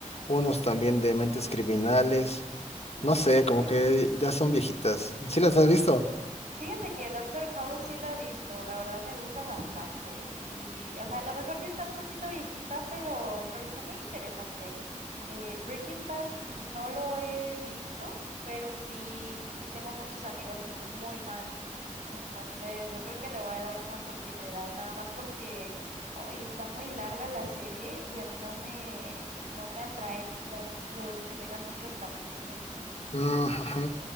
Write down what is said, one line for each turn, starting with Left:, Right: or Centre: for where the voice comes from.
Left: unos también de Mentes Criminales. No sé,
Right: Fíjate
Left: como que ya son viejitas. ¿Sí las has visto?
Right: Fíjate que Doctor House sí la he visto, la verdad me gusta bastante y, o sea, a lo mejor sí está un poquito viejita, pero, pero está muy interesante. Eh, Breaking Bad no lo he visto, pero sí, sí tengo muchos amigos que son muy fan, entonces yo creo que le voy a dar una oportunidad, nada más porque hoy está muy larga la serie y a mí no me, no me atraen las, los que tengan muchos capítulos.
Left: Mm, ujú.